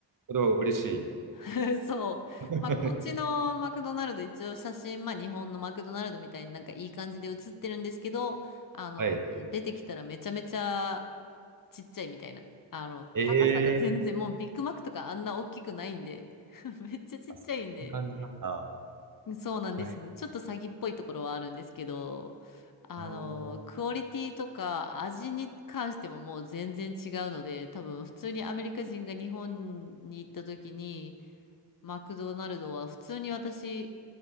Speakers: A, on the right; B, on the left.
A: それは嬉しい。
B: <laughs> そう。
A: <laughs>
B: まあ、こっちのマクドナルド、一応写真、まあ、日本のマクドナルドみたいになんかいい感じで写ってるんですけど、あの、
A: はい。
B: 出てきたらめちゃめちゃちっちゃいみたいな。あの、
A: え
B: 高さが全然、
A: ー、
B: もうビッグマックとかあんな大きくないんで、<laughs> めっちゃちっちゃいんで、
A: あそんな感じなんだ。
B: そうなんですね。
A: はい。
B: ちょっと詐欺っぽいところはあるんですけど、あの、
A: あー
B: クオリティとか味に関してももう全然違うので、多分普通にアメリカ人が日本に行った時に、マクドナルドは普通に私、